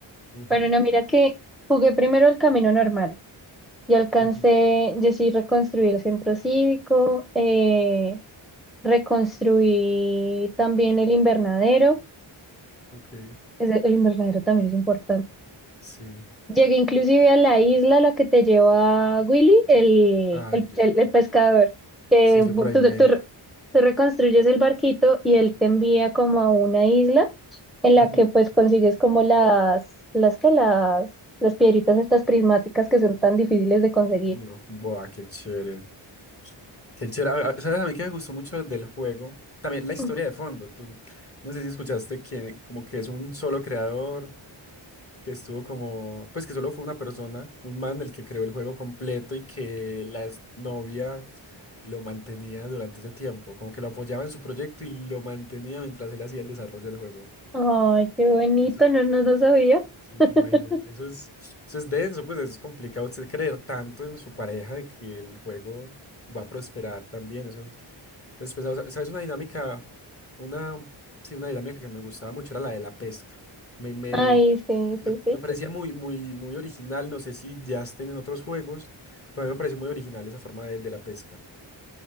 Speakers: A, on the left (about 25°); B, in the centre.
A: ujú,
B: Pero no, mira que jugué primero el camino normal y alcancé,
A: ujú,
B: yo sí reconstruí el centro cívico, eh, reconstruí también el invernadero.
A: Ok.
B: Ese- El invernadero también es importante.
A: sí.
B: Llegué inclusive a la isla a la que te lleva Willy, el,
A: Ah,
B: el,
A: yo-
B: el- el pescador, que
A: sí,
B: bu-
A: yo por ahí
B: tú,
A: me...
B: tú re- tú reconstruyes el barquito y él te envía como a una isla en
A: <laughs> ujú,
B: la que pues consigues como las, las que las, las piedritas estas prismáticas que son tan difíciles de conseguir.
A: Yo, buah, qué chévere. Qué chévere. A- a- ¿Sabes a mí que me gustó mucho del juego? También la historia
B: Ujú.
A: de fondo. Tú, no sé si escuchaste que como que es un solo creador, que estuvo como, pues que solo fue una persona, un man el que creó el juego completo y que la novia lo mantenía durante ese tiempo, como que lo apoyaba en su proyecto y lo mantenía mientras él hacía el desarrollo del juego.
B: Ay, qué bonito,
A: Eso,
B: no, no, no sabía.
A: sí,
B: <laughs>
A: imagínate. Eso es, eso es denso, pues es complicado. Usted creer tanto en su pareja de que el juego va a prosperar también. Eso. Después, o sea, ¿sabes? Una dinámica, una, sí, una dinámica que me gustaba mucho era la de la pesca. Me, me,
B: Ay, sí,
A: me,
B: sí, sí.
A: me parecía muy, muy, muy original. No sé si ya estén en otros juegos, pero a mí me pareció muy original esa forma de, de la pesca.